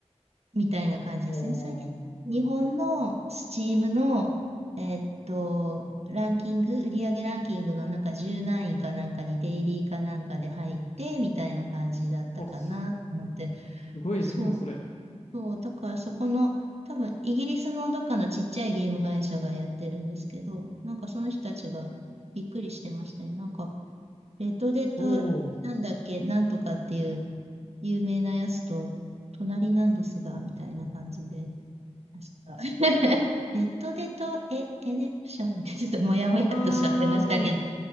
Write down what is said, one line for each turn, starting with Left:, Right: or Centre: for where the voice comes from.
Right: みたいな感じですね。
Left: あー。
Right: それで、日本の Steam の、えーっと、ランキング、売上ランキングのなんか10何位かなんかにデイリーかなんかで入って、みたいな感じだったかなと思って。
Left: あ、すすごいですね、
Right: そう、
Left: それ。
Right: そう。だからそこの、多分、イギリスのどっかのちっちゃいゲーム会社がやってるんですけど、なんかその人たちがびっくりしてましたね。なんか、レッドデッドなんだっけ、
Left: そう。
Right: なんとかっていう有名なやつと、隣なんですが、みたいな感じで、<laughs> ました <laughs> レッドデとエ、エレプションってちょっともやもやっとしちゃってましたけど、
Left: あー、